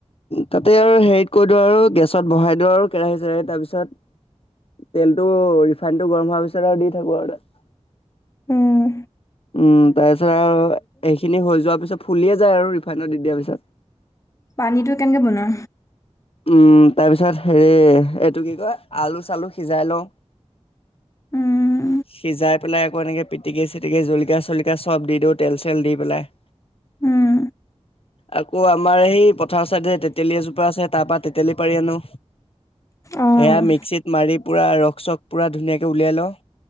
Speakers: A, on the left (about 55°); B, on the left (about 25°).
A: তাতে আৰু হেৰিত কৰি দিওঁ আৰু গেছত বহাই দিওঁ আৰু কেৰাহী চৰাহী তাৰ পিছত। তেলতটো ৰিফাইনটো গৰম হোৱাৰ পিছত আৰু দি থাকো আৰু তাত।
B: উম',
A: উম তাৰ পিছত আৰু এইখিনি হৈ যোৱাৰ পিছত, ফুলিয়ে যায় আৰু ৰিফাইনত দি দিয়াৰ পিছত।
B: পানীটো কেনেকে বনোৱা?
A: উম', তাৰপিছত হেৰি এইটো কি কয়, আলু-চালু সিজাই লওঁ।
B: উম,
A: সিজাই পেলাই আকৌ এনেকে পিটিকি-চিটিকি জলকীয়া-চলকীয়া চব দি দিওঁ তেল-চল দি পেলাই। <inaudible>
B: উম,
A: আকৌ আমাৰ সেই পথাৰ চাইডে তেতেলী এজোপা আছে, তাৰ পৰা তেতেলী পাৰি আনো।
B: অ',
A: সেয়া মিক্সিত মাৰি পূৰা ৰস চক পুৰা ধুনীয়াকৈ উলিয়াই লওঁ।